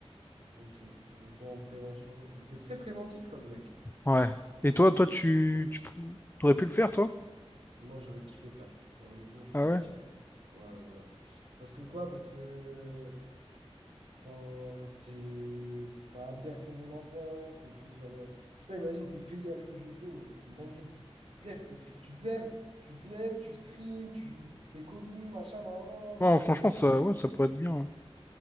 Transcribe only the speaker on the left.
Ouais. Et toi, toi, tu, tu pou- t'aurais pu le faire, toi?
Ah
ouais?
Bon,
franchement,
ça, ouais, ça pourrait être bien. ouais.